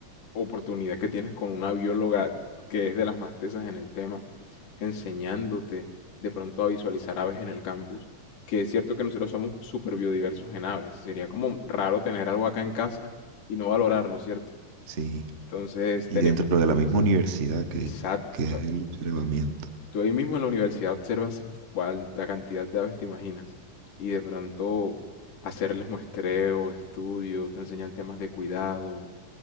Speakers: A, on the left (about 85°); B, on the right (about 35°).
A: oportunidad que tienes con una bióloga que es de las más tesas en el tema, enseñándote de pronto a visualizar aves en el campus, que es cierto que nosotros somos súper biodiversos en aves. Sería como raro tener algo acá en casa y no valorarlo, ¿cierto?
B: Sí.
A: Entonces
B: Y
A: tenemos...
B: dentro de la misma universidad que,
A: Exacto.
B: que
A: O sea,
B: es el observamiento.
A: Tú ahí mismo en la universidad observas cuánta cantidad de aves te imaginas y de pronto hacerles muestreo, estudio, te enseñan temas de cuidado. O